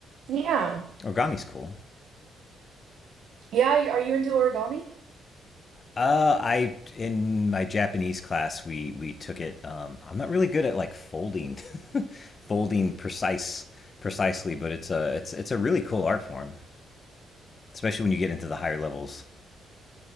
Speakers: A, on the right (about 70°); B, on the left (about 40°).
A: yeah.
B: Origami's cool.
A: Yeah, y- are you into origami?
B: Uh, I in my Japanese class we we took it. Um, I'm not really good at like folding, <laughs> folding precise precisely, but it's a it's it's a really cool art form, especially when you get into the higher levels.